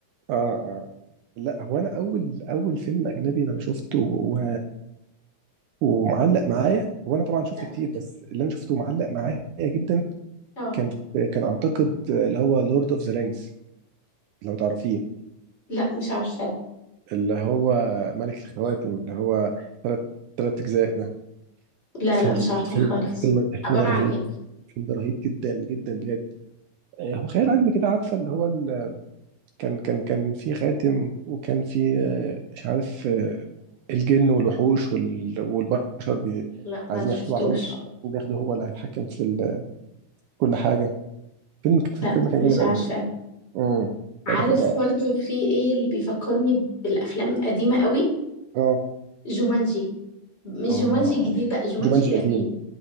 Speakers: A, on the right; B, on the left.
A: اه اه لا هو انا اول اول فيلم اجنبي انا شفته و... ومعلق معايا هو انا طبعا شفت
B: لا
A: كتير بس اللي انا شفته معلق معايا جدا
B: اه
A: كان كان اعتقد اللي هو لورد اوف ذا رينجز لو تعرفيه
B: لا مش عارفاه
A: اللي هو ملك الخواتم اللي هو ثلاث ثلاث اجزاء ده
B: لا
A: فيلم
B: لا مش عارفاه
A: فيلم
B: خالص
A: الفيلم الفيلم
B: عبارة
A: ده رهيب
B: عن ايه
A: الفيلم ده رهيب جدا جدا بجد آه، هو خيال علمي كده عارفه اللي هو ال... كان كان كان في خاتم وكان في آه، مش عارف آه، الجن والوحوش وال... والبشر بي...
B: لا ما
A: عايزين
B: شفتوش
A: يحكموا عشان عشان بياخده هو اللي هيتحكم في ال... كل حاجه فيلم
B: لا
A: الفيلم كان
B: مش
A: جامد
B: عارفاه
A: قوي امم
B: عارف
A: ده كان ده
B: برضو في ايه اللي بيفكرني بالافلام القديمه قوي
A: اه
B: جومانجي مش
A: اه
B: جومانجي الجديد بقى جومانجي
A: جومانجي
B: القديم
A: القديم